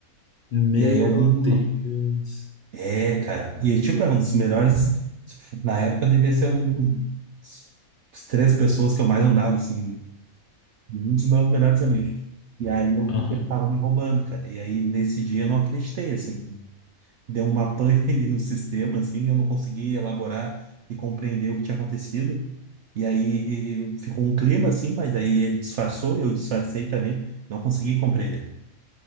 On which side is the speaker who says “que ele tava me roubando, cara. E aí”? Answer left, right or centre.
Right